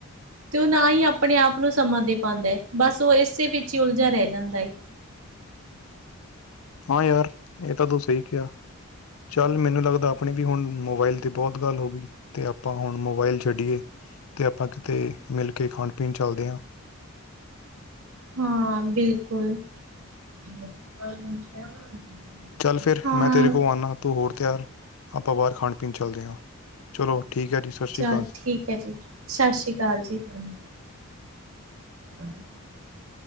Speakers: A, on the right; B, on the left.
A: ਤੇ ਉਹ ਨਾ ਹੀ ਆਪਣੇ ਆਪ ਨੂੰ ਸਮਾਂ ਦੇ ਪਾਉਂਦਾ ਹੈ। ਬਸ ਉਹ ਇਸੇ ਵਿੱਚ ਹੀ ਉਲਝਾ ਰਹਿ ਜਾਂਦਾ ਏ।
B: ਹਾਂ ਯਾਰ, ਇਹ ਤਾਂ ਤੂੰ ਸਹੀ ਕਿਹਾ। ਚੱਲ ਮੈਨੂੰ ਲੱਗਦਾ ਆਪਣੀ ਵੀ ਹੁਣ ਮੋਬਾਇਲ ਤੇ ਬਹੁਤ ਗੱਲ ਹੋ ਗਈ। ਤੇ ਆਪਾਂ ਹੁਣ ਮੋਬਾਇਲ ਛੱਡੀਏ। ਤੇ ਆਪਾਂ ਕਿਤੇ ਮਿਲ ਕੇ, ਖਾਣ ਪੀਣ ਚੱਲਦੇ ਹਾਂ।
A: ਹਾਂ ਬਿਲਕੁਲ <inaudible>
B: ਚੱਲ ਫੇਰ
A: ਹਾਂ
B: ਮੈਂ ਤੇਰੇ ਕੋਲ ਆਨਾ। ਤੂੰ ਹੋ ਤਿਆਰ ਆਪਾਂ ਬਾਹਰ ਖਾਣ- ਪੀਣ ਚੱਲਦੇ ਹਾਂ। ਚਲੋ ਠੀਕ ਹੈ ਜੀ, ਸਤਿ
A: ਚੱਲ
B: ਸ੍ਰੀ ਅਕਾਲ।
A: ਠੀਕ ਹੈ ਜੀ। ਸਤਿ ਸ੍ਰੀ ਅਕਾਲ ਜੀ। ਹੂੰ। ਹਾਂ <unintelligible>